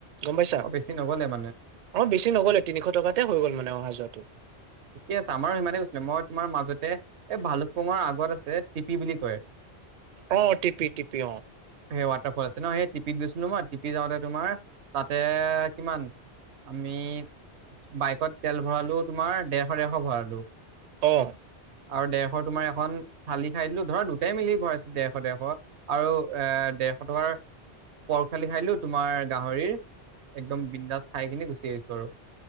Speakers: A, on the right (about 55°); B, on the right (about 80°).
A: গম পাইছা,
B: অ বেছি নগ'লে মানে
A: অহ বেছি নিলে তিনিশ টকাতে হৈ গ'ল মানে অহা যোৱাটো।
B: ঠিকে আছে আমাৰো সিমানে গৈছিলে মই তোমাৰ মাজতে এই ভালুকপঙৰ আগত আছে টিপি বুলি কয়।
A: অ টিপি টিপি অ
B: সেই ৱাটাৰফলছে ন' সেই টিপিত কিন্তু মই টিপি যাওঁতে তোমাৰ তাতে কিমান আমি বাইকত তেল ভৰালোঁ তোমাৰ দেৰশ দেৰশ ভৰালোঁ।
A: অহ।
B: আৰু দেৰশ তোমাৰ এখন থালি খাই দিলোঁ, ধৰা দুটাই মিলি ভৰাইছোঁ দেৰশ-দেৰশ আৰু এ দেৰশ টকাৰ পৰ খালি খাই দিলোঁ তোমাৰ গাহৰিৰ। একদম বিন্দাজ খাই কিনি গুচি আহিছোঁ আৰু।